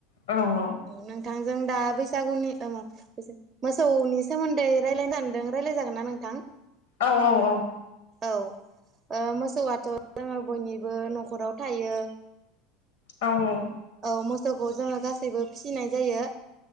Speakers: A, on the left; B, on the right.
A: औ औ।
B: औ नोंथांजों दा बैसागुनि ओ <unintelligible> <unintelligible> मोसौनि सोमोन्दै रायलायनो सानदोंं रायलाय जागोन ना नोंथां?
A: औ औ औ।
B: औ ओ मोसौआथ' जोङो बयनिबो न'खराव थायो।
A: औ औ।
B: औ मोसौखौ जोङो गासैबो फिसिनाय जायो।